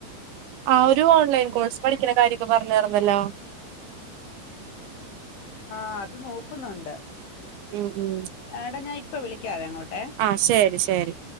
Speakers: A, on the right; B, on the left.
A: ആ ഒരു ഓൺലൈൻ കോഴ്സ് പഠിക്കണ കാര്യൊക്കെ പറഞ്ഞാര്ന്നല്ലോ
B: ആഹ് അത് നോക്കുന്നൊണ്ട്
A: ഉം ഉം
B: എടാ ഞാ ഇപ്പോ വിളിക്കാവെ അങ്ങോട്ടെ
A: ആഹ് ശെരി ശെരി